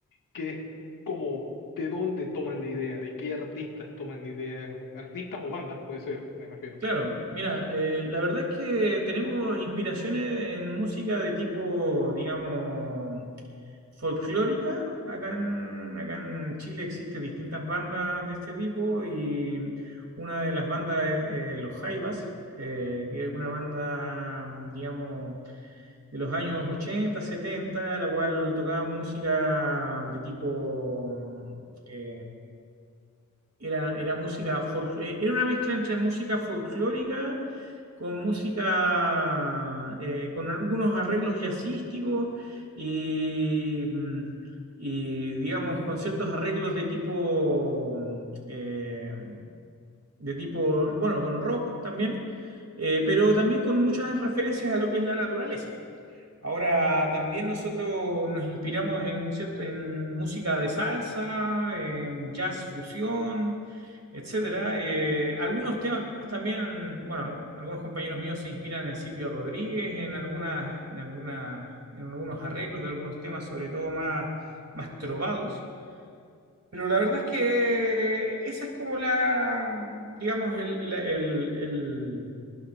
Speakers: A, on the left (about 75°); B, on the right (about 50°).
A: qué, como, de dónde toman la idea, de qué artistas toman la idea, artistas o bandas puede ser, me refiero.
B: Claro, mira, eh, la verdad es que tenemos inspiraciones en música de tipo, digamos, folclórica. Acá en, acá en Chile existen distintas bandas de este tipo y una de las bandas es eh, Los Jaivas, eh, que es una banda, mm, digamos, de los años 80, 70, la cual tocaba música de tipo, mm, eh, era, era música, folk- eh, era una mezcla entre música folclórica con música, eh, con algunos arreglos jazzísticos y, mm, y, digamos, con ciertos arreglos de tipo, mm, eh, de tipo, bueno, con rock también, eh, pero también con muchas referencias a lo que es la naturaleza. Ahora, también nosotros nos inspiramos en, cier- en música de salsa, en jazz fusión, etcétera. Eh, algunos temas también, bueno, algunos compañeros míos se inspiran en Silvio Rodríguez, en algunas, en algunas, en algunos arreglos de algunos temas, sobre todo más, más trovados. Pero la verdad es que esa es como la, digamos, el, el, el- el-